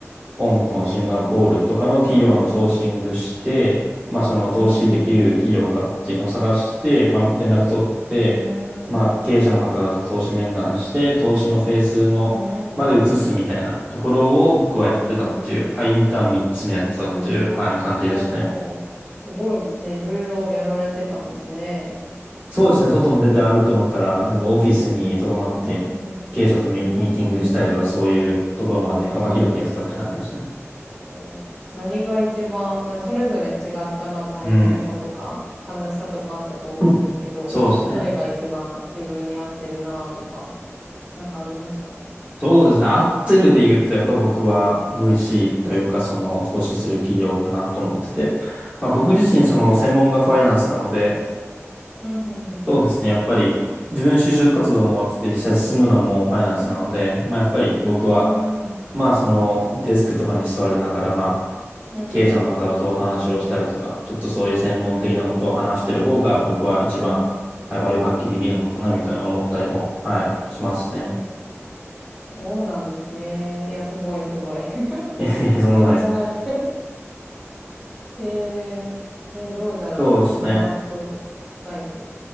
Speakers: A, on the right; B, in the centre.
A: 香港、
B: ん。へ
A: シンガポールとかの企業のソーシングして、
B: え。うんうん。
A: まあその投資できる企業かっていうのを探して、
B: うんう
A: まあ連絡取って、
B: ん。
A: まあ経営者の方々と投資面談して、
B: うーん。
A: 投資のフェーズの、
B: うー
A: まで移すみたいなところを僕はやってたっていう、
B: ん。うんうん
A: はい、インターン3つ目やってたっていう、
B: うん。
A: はい、感じですね。
B: へえうんうんうんうんうーんうんうんうんうんへえほう。すごいですね。いろいろやられてたんですね。
A: そうですね、外に出て歩くのから、
B: うんうん。
A: 全然オフィスに留まって、
B: うんうんうん。
A: 経営者とミミーティングしたりとか、
B: うんうん
A: そういうところまで幅広くやってたって感じですね。
B: うん。うーん。こう何が一番、なそれぞれ違ったまあ大変さとか楽しさとかあったと思うんですけど、
A: うん。うんそうですね。
B: どれが一番自分に合ってるなとか、なんかありました
A: そうですね。合ってるで言うと、やっぱ僕は VC というか、その投資する企業かなと思ってて。まあ僕自身、
B: うんうん。
A: その専門がファイナンスなので、
B: うんうんうん。
A: そうですね。やっぱり自分就職活動も終わってて実際進むのもファイナンスなので、
B: うんう
A: まあやっぱり僕は、
B: ん。うーん。
A: まあそのデスクとかに座りながら、まあ
B: うんうん。
A: 経営者の方とお話をしたりとか、ちょっとそういう専門的なことを話してる方が僕は一番はいバリューを発揮できるのかなみたいな思ったりも、
B: うんうん。うーん。うん
A: はい、しますね。
B: うんそうなんですね。いや、すごいすごい。<laughs>
A: いやいやそんなことないです。
B: そんななんか、えー、えーどうだろう。
A: そうですね。
B: 私のワークライフ。